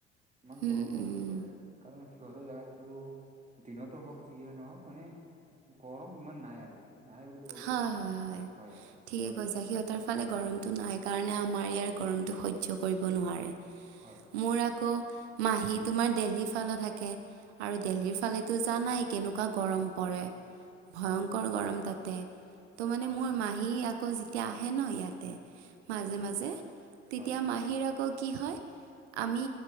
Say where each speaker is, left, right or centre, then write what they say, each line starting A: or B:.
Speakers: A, on the right (about 20°); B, on the right (about 70°).
A: ইমান
B: উম
A: গৰমত।
B: উম
A: কয় আৰু কাৰণ সিহঁতৰ জোগাত বাৰু দিনতো হওক যিয়ে নহওক মানে গৰম ইমান নাই আৰু নাই বুলি ক'লেও
B: হয় হয় হয়।
A: আৰু তেনেকুৱা
B: ঠিকে কৈছা
A: টাইপৰ
B: সিহঁতৰ ফালে গৰমতটো নাই কাৰণে আমাৰ ইয়াৰ গৰমটো সহ্য। ভিদেউ কৰিব নোৱাৰে
A: হয়
B: মোৰ আকৌ। মাহী তোমাৰ দেহল্লি ফাল থাকে আৰু দেল্লীৰ ফালে দৰ জা নাই কেনেকুৱা গৰম পৰে। কৰে ভয়ংকৰ
A: হয়
B: গৰম তাতে। ত' মানে
A: হয়
B: মোৰ মাহী আকৌ যেতিয়া আহে ন ইয়াতে। মাজে
A: হয়
B: মাজে তেতিয়া
A: হয় হয়
B: মাহীৰ আকৌ কি হয়। আমি